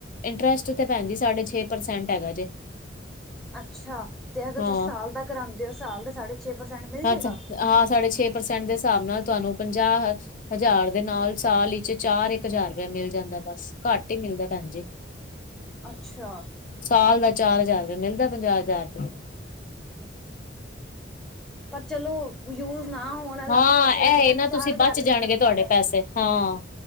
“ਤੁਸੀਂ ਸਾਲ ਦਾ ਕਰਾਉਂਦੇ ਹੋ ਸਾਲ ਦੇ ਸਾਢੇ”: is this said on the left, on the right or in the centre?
Centre